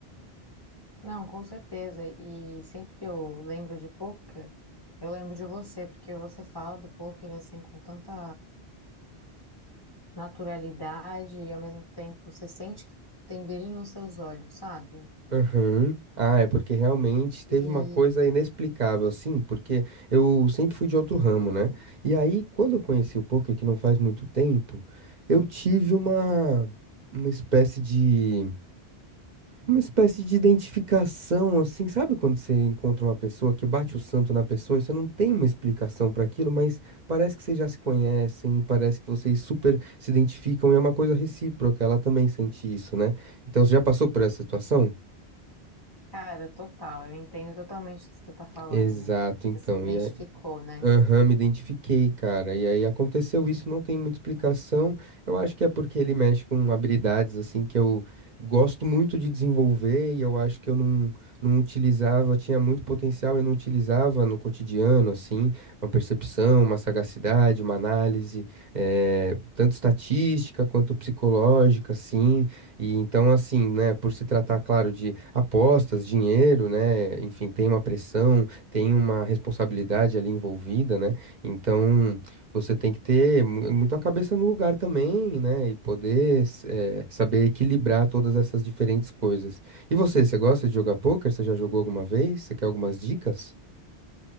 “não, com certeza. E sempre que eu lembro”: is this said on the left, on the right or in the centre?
Left